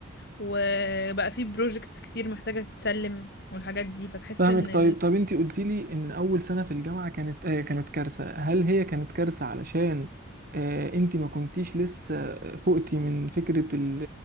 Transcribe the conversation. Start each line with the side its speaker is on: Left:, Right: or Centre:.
Left: وبقى فيه بروجكتس كتير محتاجة تتسلم والحاجات دي فتحس
Right: فاهمك
Left: ان ال...
Right: طيب طب انت قلت لي ان اول سنه في الجامعه كانت آه كانت كارثه هل هي كانت كارثه علشان آه انت ما كنتيش لسه فقتي من فكره ال